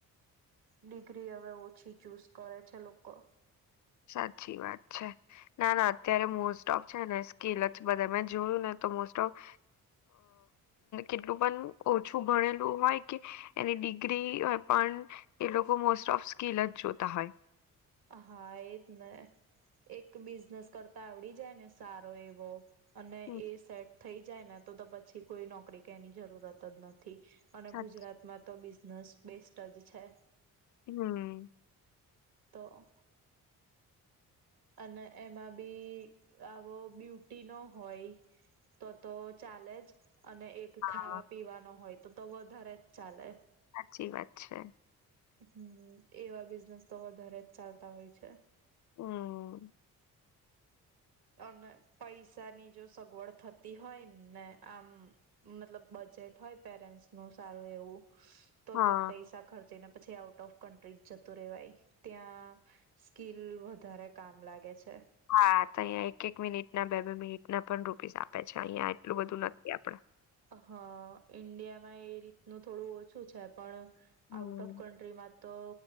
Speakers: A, on the right (about 55°); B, on the left (about 45°).
A: ડિગ્રી હવે ઓછી ચૂઝ કરે છે લોકો
B: સાચી વાત છે ના ના ત્યારે મોસ્ટ ઓફ છે ને સ્કેલ જ બધા મેં જોયું ને તો મોસ્ટ ઓફ કેટલું પણ ઓછું ભણેલું હોય કે એની ડિગ્રી પણ એ લોકો મોસ્ટ ઓફ સ્કીિલ જ જોતા હોય
A: હા એ જ ને એક બિઝનેસ કરતા આવડી જાને સારો એવો અને
B: હમ
A: એ સેટ થઈ જાય ને તો તો પછી કોઈ નોકરી કે એની જરૂરત જ નથી થી અને
B: સાચી
A: ગુજરાત માં તો બ નસ બેસ્ટ જ છે
B: હમ
A: તો અને એમાં બી આવો બ્યુટી ન હોય તો તો ચાલે જ અને એક ખાવા
B: હા,
A: પીવાનો હોય તો તો વધારે ચાલે
B: સાચી વાત છે
A: હમ એવા બિઝનેસ તો વધારે જ ચાલતા હોય છે
B: હમ્મ.
A: અને પૈસાની જો સગવડ થતી હોય ને આમ મતલબ બજેટ હોય પેરેન્ટ્સ નું સારું એવું તો
B: હા
A: તો પૈસા ખર જેને પછી આઉટ ઓફ કન્ટ્રી જતું રેવાય. ત્યાં સ્કીલ વધારે કામ લાગે છે.
B: હા, તો અહીંયા એક એક મિનિટ ના બે બે મિનિટ ના પણ રૂપીસ આપે અચ્છા અહિયાં એટલું બધું નથી આપડે.
A: હા, ઈન્ડિયામાં એ રીતનું થોડું ઓછું છે પણ
B: હમ
A: આઉટ ઓફ કન્ટ્રીમાં તો